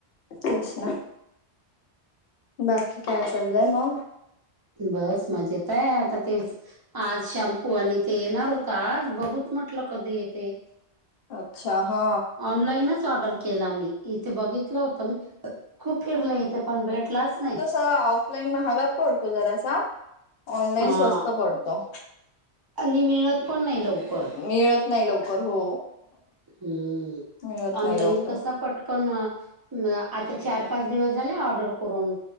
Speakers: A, on the left; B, on the right.
A: तेच ना. बाकी काय चालय मग?
B: बस मजेत आहे आता तेच आज शॅम्पू आणि ते येणार होत आज बघूच म्हटलं कधी येतंय.
A: अच्छा हा
B: ऑनलाईनच ऑर्डर केला मी इथे बघितलं होत मी खूप फिरलं इथे पण भेटलाच नाही.
A: ह ऑफलाईन महागात पडतो जरासा ऑनलाईन
B: हा
A: स्वस्त पडतो.
B: आणि मिळत पण नाही लवकर
A: मिळत नाय लवकर हो.
B: हम्म
A: मिळत
B: ऑनलाईन
A: नाही लवकर
B: कसा पटकन म आता चार पाच दिवस झाले ऑर्डर करून.